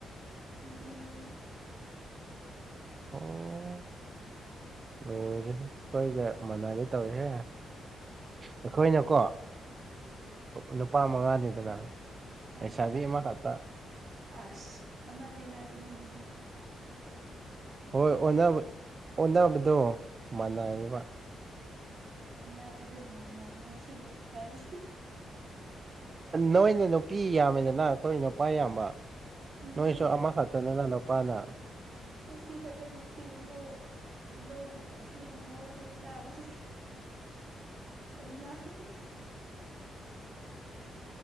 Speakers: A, on the right (about 45°); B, on the right (about 30°).
A: ꯅꯨꯄꯤ ꯃꯔꯤ
B: ꯑꯣ ꯍꯣꯏꯦ ꯑꯩꯈꯣꯏꯒ ꯃꯅꯥꯗ ꯇꯧꯏꯍꯦ ꯑꯩꯈꯣꯏꯅꯀꯣ
A: ꯎꯝ
B: ꯅꯨꯄꯥ ꯃꯉꯥꯅꯤꯗꯅ
A: ꯑꯥ
B: ꯂꯩꯁꯥꯕꯤ ꯑꯃꯈꯛꯇ
A: ꯑꯁ ꯑꯣꯟꯅ ꯇꯅꯔꯅꯤ ꯗꯤꯗꯤ
B: ꯍꯣꯏ ꯑꯣꯕꯗꯣ ꯃꯅꯥꯏꯕ
A: ꯑꯣꯟꯅꯕꯨꯗꯨ ꯃꯅ ꯄ ꯁꯤ ꯕꯨꯛꯀꯥꯔꯤ
B: ꯅꯣꯏꯅ ꯅꯨꯄꯤ ꯌꯥꯝꯃꯦꯗꯅ ꯑꯩꯈꯣꯏ ꯅꯨꯄꯥ ꯌꯥꯝꯕ
A: ꯉꯁꯤ
B: ꯅꯣꯏꯁꯨ ꯑꯃ ꯈꯛꯇꯅꯦꯖꯅ ꯅꯨꯄꯥꯅ
A: ꯁꯤ ꯈꯛꯇꯅꯦ ꯁꯤꯒꯨꯝꯕ ꯂꯣꯟ ꯑꯁꯤꯒꯨꯝꯕ ꯋꯥꯍꯩ ꯇꯥꯕꯁꯦ ꯑꯣ